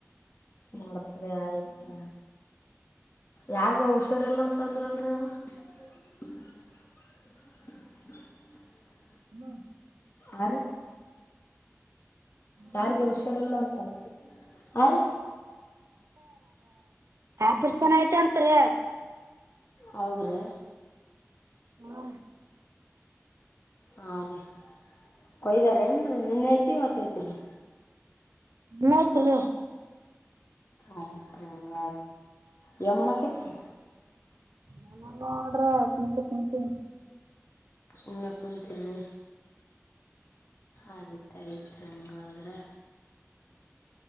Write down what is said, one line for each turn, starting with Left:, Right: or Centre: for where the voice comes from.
Left: ಮಾಡತ್್ರೆ ಆಯ್ತು ಯಾರಗ ಹುಷಾರಿಲ್ಲ ಅಂತಂದ್ರಲ್ರಿೀಣ್ಣ <unintelligible>
Right: ಹಲ
Left: ಆ
Right: ಹಲೋ
Left: ಯಾರಿಗೆ ಹುಷಾರಿಲ್ಲ ಅಂತನ್ರಿ ಆ್ರ
Right: ಆ ಪರ್ಸನ ಆಯ್ತ ಅಂತ್ರಿ
Left: ಹೌದ್ರಿ
Right: ಅವರಿ
Left: ಹಾ ರಿ ಕೊಯ್ದಾರ ಏನ್ ರಿ ನೆನ್ನೆ ಐತಿ ಇವತ್ತ್ ಐತಿರಿ
Right: ಬಳ್ತ <inaudible>
Left: ಆಯ್ತು ರಿ ಹಂಗ ಯ ಎನ್ ಮಾಡಕತ್ ರಿ
Right: ನನ್ನ ನೋಡ್ರಾ ಸುಂಕು ಟುಂಕು
Left: ಸುಮ್ಮನೆ ಕುಂತಿರ್ರಿ ಆಯ್ತ್ ಇದ್ದಾಂಗಾದ್ರೆ